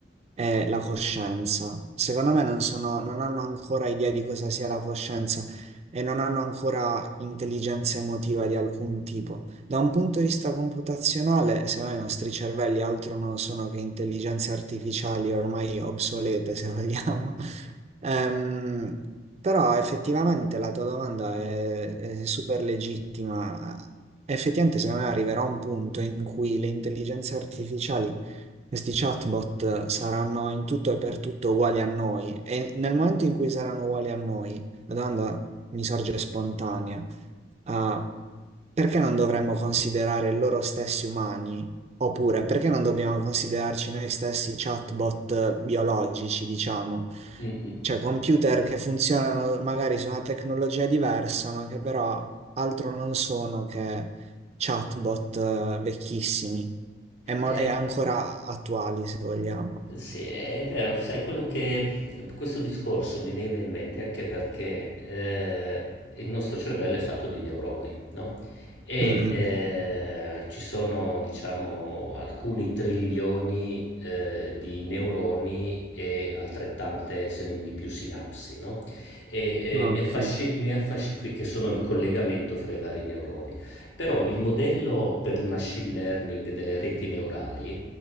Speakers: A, on the right; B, on the left.
A: è la coscienza. Secondo me non sono, non hanno ancora idea di cosa sia la coscienza e non hanno ancora intelligenza emotiva di alcun tipo. Da un punto di vista computazionale, secondo me i nostri cervelli altro non sono che intelligenze artificiali ormai obsolete, se vogliamo. <laughs> Ehm, però effettivamente la tua domanda è, è super legittima. Effettivamente, secondo me arriverà un punto in cui le intelligenze artificiali questi chatbot saranno in tutto e per tutto uguali a noi e nel momento in cui saranno uguali a noi, la domanda mi sorge spontanea, ah, perché non dovremmo considerare loro stessi umani? Oppure perché non dobbiamo considerarci noi stessi chatbot eh, biologici, diciamo?
B: Mm, mm.
A: Cioè computer che funzionano magari su una tecnologia diversa, ma che però altro non sono che chatbot eh, vecchissimi è, mo-
B: Eh,
A: è ancora attuali, se vogliamo.
B: sì, è vero, sai quello che questo discorso mi viene in mente anche perché eh, il nostro cervello è fatto di neuroni, no? E
A: Mm,
B: eh, ci sono, diciamo, alcuni trilioni eh, di neuroni e altrettante, se non di più, sinapsi, no? E eh,
A: mm. Ok,
B: mi affasci- mi affasci- qui- che sono il collegamento fra i vari neuroni. Però il modello per il machine learning delle reti neurali